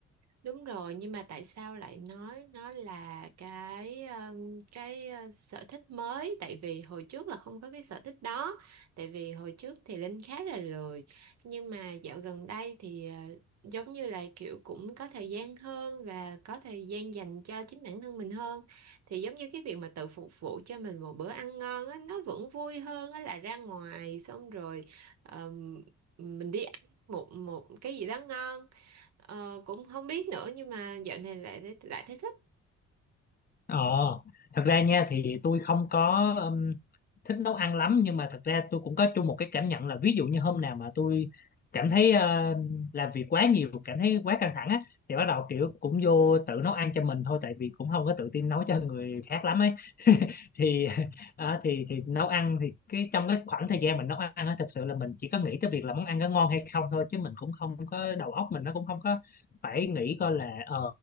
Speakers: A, on the right; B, on the left.
A: Đúng rồi, nhưng mà tại sao lại nói nó là cái um, cái uh, sở thích mới? Tại vì hồi trước là không có cái sở thích đó. Tại vì hồi trước thì Linh khá là lười, nhưng mà dạo gần đây thì uh, giống như là kiểu cũng có thời gian hơn và có thời gian dành cho chính bản thân mình hơn. Thì giống như cái việc mà tự phục vụ cho mình một bữa ăn ngon á, nó vẫn vui hơn á là ra ngoài xong rồi um, mình đi ăn một một cái gì đó ngon Ờ, cũng không biết nữa nhưng mà dạo này lại lại thấy thích.
B: Ờ, thật ra nha thì tôi không có um, thích nấu ăn lắm nhưng mà thật ra tôi cũng có chung một cái cảm nhận là ví dụ như hôm nào mà tôi cảm thấy ờ, làm việc quá nhiều, cảm thấy quá căng thẳng á thì bắt đầu kiểu cũng vô tự nấu ăn cho mình thôi tại vì cũng không có tự tin nấu cho người khác lắm ấy thì <laughs> à, thì thì nấu ăn thì cái trong cái khoảng thời gian mình nấu ăn á thực sự là mình chỉ có nghĩ tới việc là món ăn có ngon hay không thôi chứ mình cũng không có đầu óc mình nó cũng không có phải nghĩ coi là ờ